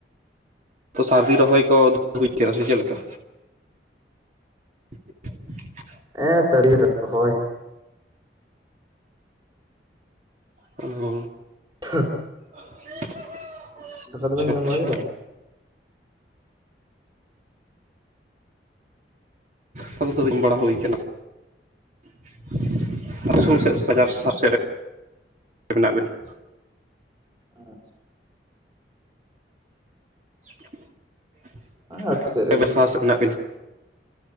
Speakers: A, on the right; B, on the right.
A: ᱛᱚ, ᱥᱟᱨᱫᱤ ᱨᱚᱦᱚᱭ ᱠᱚ, <unintelligible> ᱦᱩᱭ ᱠᱟᱱᱟ ᱥᱮ, ᱪᱮᱫ ᱞᱮᱠᱟ? <inaudible>
B: ᱮᱸᱻ ᱛᱟᱹᱨᱤ ᱨᱮ, <inaudible> ᱨᱚᱦᱚᱭ
A: ᱩᱸᱻ ᱾
B: ᱠᱷ-ᱟᱸᱦ ᱾
A: <inaudible>
B: ᱫᱟᱠᱟ
A: ᱟᱪᱪᱷᱟ
B: ᱫᱚ ᱵᱮᱱ, ᱡᱚᱢ
A: ᱟᱪᱪᱷᱟ
B: ᱵᱟᱲᱟ ᱠᱮᱫᱟ?
A: ᱠᱩᱞ ᱠᱚᱫᱚ <unintelligible> ᱵᱟᱲᱟ ᱦᱩᱭ ᱟᱠᱟᱱᱟ ᱾ ᱵᱟᱛᱨᱩᱢ ᱥᱮᱫ, <unintelligible> ᱥᱟᱡᱟᱨ ᱥᱟᱦᱟᱨ ᱥᱮᱫ ᱨᱮ, ᱢᱮᱱᱟᱜ ᱵᱤᱱᱟ ᱾
B: ᱟ ᱻ ᱾
A: <unintelligible>
B: ᱦᱮᱸ ᱟᱹᱛᱩ ᱥᱮᱫ ᱨᱮᱜᱮ
A: ᱮᱵᱟᱨ <unintelligible> ᱥᱟᱦᱟᱨ ᱥᱮᱫ ᱨᱮ ᱢᱮᱱᱟᱜ ᱵᱮᱱᱟ ᱾